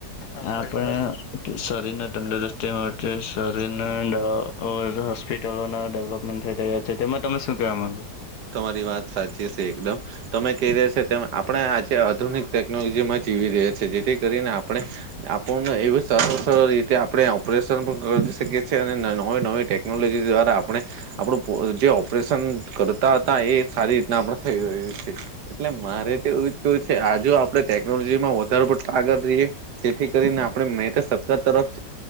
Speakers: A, on the left; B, on the right.
A: ણે શરીર ના તંદુરસ્તીમાં એટલે શરીરને ઓ હોસ્પિટલો ના ડેવલપમેન્ટ થઈ રહ ગયા છે તેમાં તમે શું કવા માંગો
B: તમારી વાત સાચી છે એકદમ તમે ક ર્યા છે આપણે આજે આધુનિક ટેકનોલોજીમાં જીવી રહ્યા છ છે જેથી કરીને આપણે આપણને એવું સર સર રીતે આપણે ઓપરેશન પણ કરી શકીએ છીએ અને નવી નવી ટેકનોલોજી દ્વારા આપણે આપડું જે ઓપરેશન કરતા હતા એ સારી રીતના આપણે થઈ રહ્યું છે એટલે મારે તો એવું જ કેવું છે આજ આપડણે ટેકનોલોજી માં વધારે પડતા આગળ રહીએ જેથી કરીને આપણે મે તો સરકાર તરફ